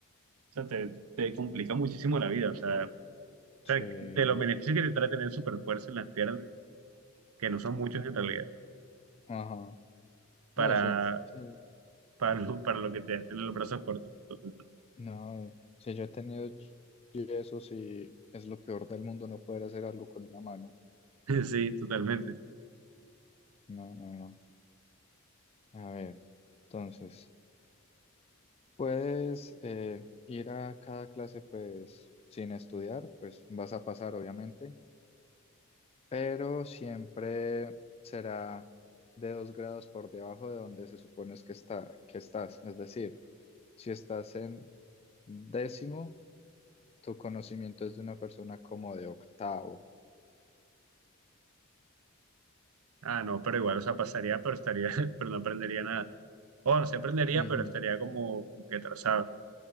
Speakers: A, on the right; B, on the left.
A: o sea, te, te complica muchísimo la vida. O sea,
B: sí.
A: sea, de los beneficios que te trae tener super fuerza en las piernas, que no son muchos en realidad,
B: Ajá.
A: para,
B: No, sí, sí.
A: para, lo, para lo que te da tener los brazos cortos. <laughs>
B: No, eh, si yo he tenido ch- yesos y es lo peor del mundo no poder hacer algo con una mano.
A: Sí, totalmente.
B: No, no, no. A ver, entonces, puedes eh, ir a cada clase pues sin estudiar, pues vas a pasar obviamente, pero siempre será de dos grados por debajo de donde se supone es que está, que estás. Es decir, si estás en décimo, tu conocimiento es de una persona como de octavo.
A: Ah, no, pero igual, o sea, pasaría, pero estaría, <laughs> pero no aprendería nada. O no se aprendería,
B: Ujú.
A: pero estaría como, como que atrasado.